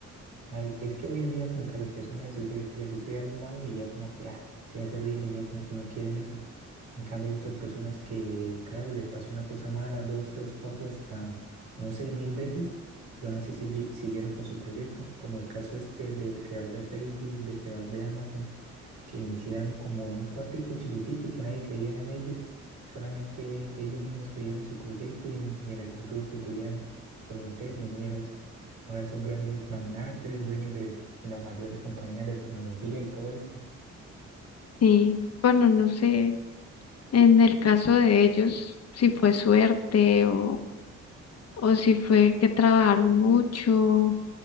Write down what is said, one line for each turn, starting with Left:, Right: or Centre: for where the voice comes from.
Right: Ay, es que hoy en día como que a las personas les sucede, les sucede algo malo y ya como que ah, ya se rinden, ya como que no quieren eso. En cambio hay otras personas que, claro, les pasó una cosa mala, dos, tres, cuatro, hasta, no sé, mil veces y aún así sigue- siguieron con su proyecto, como el caso este del creador de Facebook, del creador de Amazon, que iniciaron como en un cuartico chiquitico y que nadie creía en ellos, solamente ellos mismos creían en su proyecto y en, y en el futuro que podían prometer y mira. Ahora son grandes magnates, dueños de las mayores compañías de tecnología y todo esto.
Left: Sí, bueno, no sé, en el caso de ellos, si fue suerte o, o si fue que trabajaron mucho